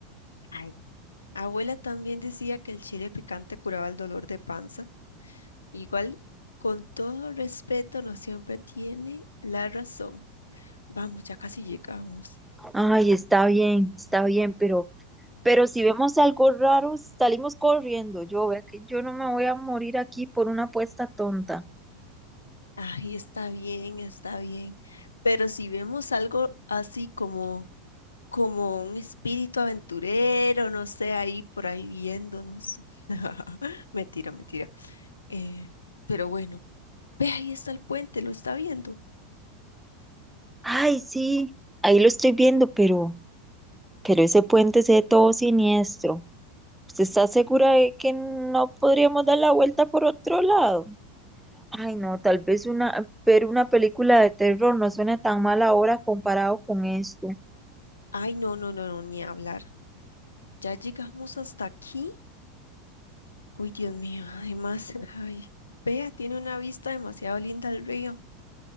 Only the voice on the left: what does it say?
Ay, Abuela también decía que el chile picante curaba el dolor de panza. Igual, con todo respeto, no siempre tiene la razón. Vamos, ya casi llegamos.
Ay, está bien, está bien. Pero si vemos algo así como, como un espíritu aventurero, no sé, ahí por ahí viéndonos. <laughs> Mentira, mentira. Eh, pero bueno, ve, ahí está el puente, lo está viendo.
Ay, no, no, no, no, ni hablar. Ya llegamos hasta aquí. Uy, Dios mío, además, ay, vea, tiene una vista demasiado linda al río.